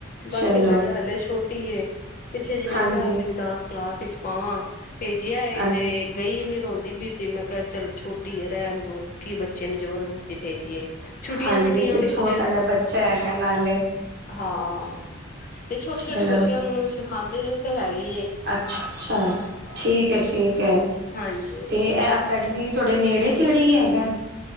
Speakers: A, on the left (about 40°); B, on the right (about 55°).
A: ਬਾਕੀ
B: ਚਲੋ
A: ਮੈਂ ਹਲੇ ਛੋਟੀ ਪਿੱਛੇ ਜਿ ਮੈਂ
B: ਹਾਂਜੀ
A: ਕਿਹਾ ਸੀ ਡਾਂਸ ਕਲਾਸ ਵਿੱਚ ਮਾਵਾਂ ਭੇਜਿਆ ਇਹ
B: ਅੱਛ
A: ਤੇ ਗਈ ਨੀ ਰੋਂਦੀ ਵੀ ਸੀ ਮੈਂ ਚੱਲ ਛੋਟੀ ਹੈ ਰਹਿਣ ਦੋ ਕੀ ਬੱਚੇ ਨੂੰ ਜਬਰਦਸਤੀ ਭੇਜੀਏ। ਛੁੱਟੀਆਂ
B: ਹਾਂਜੀ
A: ਛੁੱਟੀਆਂ
B: ਤੇ
A: ਵਿੱਚ
B: ਛੋਟਾ ਜਿਹਾ ਬੱਚਾ ਹੈਗਾ ਨਾਲੇ
A: ਹਾਂ ਤੇ ਛੋਟੇ
B: ਚਲੋ
A: ਛੋਟੇ ਬੱਚਿਆਂ ਨੂੰ ਸਿਖਾਂਦੇ ਨੇ ਉੱਥੇ ਹੈ ਹੀ
B: ਅੱਛਾ- ਅੱਛਾ ਠੀਕ ਹੈ ਠੀਕ ਹੈ
A: ਹਾਂਜੀ
B: ਤੇ ਇਹ
A: ਉੱਥੇ
B: ਅਕੈਡਮੀ
A: ਪਾਇਆ
B: ਤੁਹਾਡੇ ਨੇੜੇ ਤੇੜੇ ਹੀ ਹੈਗਾ।